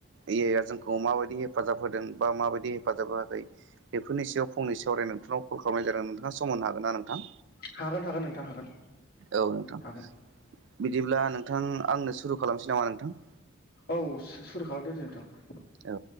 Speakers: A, on the right; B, on the left.
A: ए आइ आ जोंखौ माबायदि हेफाजाब होदों बा माबायदि हेफाजाब होआखै बेफोरनि सायाव फंनैसो सावरायनो नोंथांनाव कल खालामनाय जादों नोंथां। नोंथाङा सम होनो हागोन ना नोंथां?
B: दं हागोन हागोन नोंथां हागोन
A: औ नोंथां
B: हागोन
A: बिदिब्ला नोंथां आंनो सुरु खालामसै नामा नोंथां।
B: औ सुरु खालामदो दे नोंथां।
A: औ